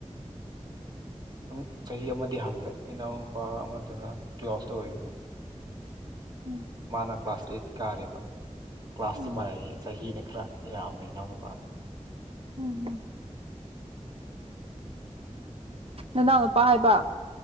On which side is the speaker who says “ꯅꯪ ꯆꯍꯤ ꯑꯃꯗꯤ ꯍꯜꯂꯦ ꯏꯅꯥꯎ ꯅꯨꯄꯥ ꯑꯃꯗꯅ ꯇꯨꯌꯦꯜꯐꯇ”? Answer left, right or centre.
Right